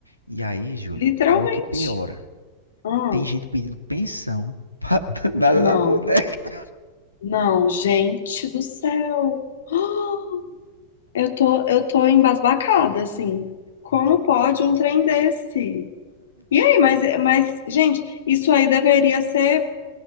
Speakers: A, on the left (about 90°); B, on the left (about 60°).
A: E aí, Júlia,
B: literalmente.
A: calma que piora.
B: Ah,
A: Tem gente pedindo pensão pra <laughs> danada
B: não.
A: da boneca.
B: Não, gente do céu. <gasps> Ah, Eu tô, eu tô embasbacada, assim. Como pode um trem desse? E aí, mas, mas, gente, isso aí deveria ser.